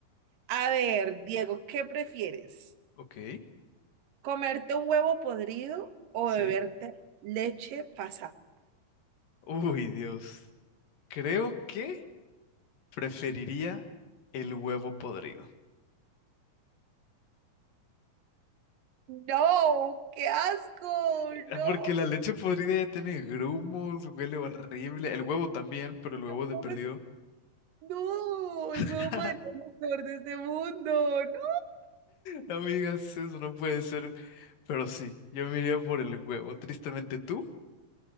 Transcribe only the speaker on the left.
Ok,
sí.
Uy, Dios. Creo que preferiría el huevo podrido.
Eh,
Porque la leche podrida ya tiene grumos, huele horrible. El huevo también, pero el huevo de
perdido.
<laughs>
No me digas eso, no puede ser. Pero sí, yo me iría por el huevo. Tristemente, ¿tú?